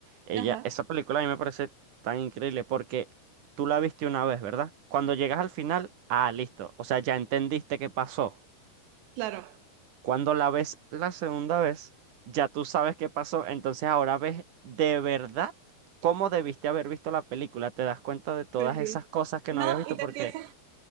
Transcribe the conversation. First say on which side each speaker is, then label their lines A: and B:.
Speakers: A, on the right; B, on the right.
A: ella,
B: Ajá,
A: esa película a mí me parece tan increíble porque tú la viste una vez, ¿verdad? Cuando llegas al final, ah, listo, o sea, ya entendiste qué pasó.
B: claro.
A: Cuando la ves la segunda vez, ya tú sabes qué pasó, entonces ahora ves de verdad cómo debiste haber visto la película, te das cuenta de todas
B: Sí.
A: esas cosas que
B: No,
A: no habías visto
B: y te
A: porque...
B: empiezas,